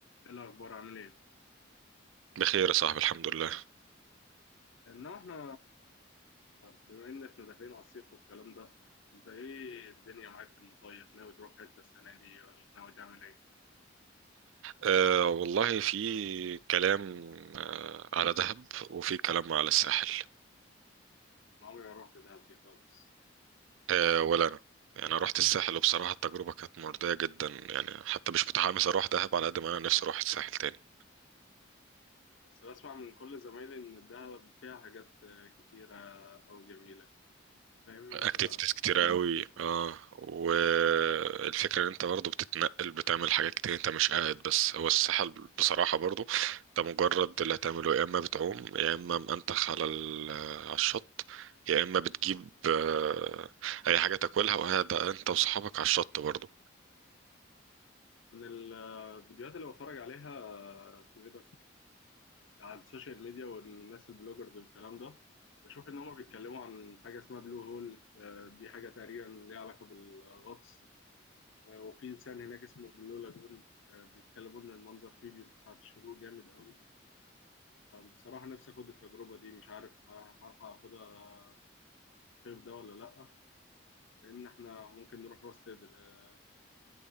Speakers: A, on the left; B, on the right.
A: ايه الاخبار عامل ايه
B: بخير يا صاحبي الحمد لله
A: انما احنا بما ان احنا داخلين على الصيف والكلام ده انت ايه الدنيا معاك في المصيف ناوي تروح حته السنه دي ولا ناوي تعمل ايه
B: أه والله في كلام أه على دهب وفي كلام على الساحل
A: انا عمري ما رحت دهب دي خالص
B: أه ولا أنا يعني أنا رحت الساحل وبصراحة التجربة كانت مرضية جدا يعني حتى مش متحمس أروح دهب على قد ما أنا نفسي أروح الساحل تاني
A: بس بسمع من كل زمايلي ان دهب فيها حاجات كتيره او جميله فاهم
B: اكتيفيتيز
A: ف
B: كتيرة قوي اه والفكرة ان انت برضو بتتنقل بتعمل حاجات كتير انت مش قاعد بس هو الساحل بصراحة برضو انت مجرد اللي هتعمله يا اما بتعوم يا اما منتخ على ال- على الشط يا اما بتجيب آه، اي حاجة تاكلها وقاعد انت وصحابك على الشط برضو
A: من الفيديوهات اللي بتفرج عليها اسمه ايه ده على السوشيال ميديا والناس البلوجرز والكلام ده بشوف ان هم بيتكلموا عن حاجه اسمها بلو هول آه، دي حاجه تقريبا ليها علاقه بالغطس آه، وفي لسان هناك اسمه بلو لاجون آه، بيتكلموا ان المنظر فيه بيبقى ساعة الشروق جامد قوي بصراحة نفسي اخد التجربة دي مش عارف ه- هلحق اخدها الصيف ده ولا لأ لان احنا ممكن نروح راس سدر آه،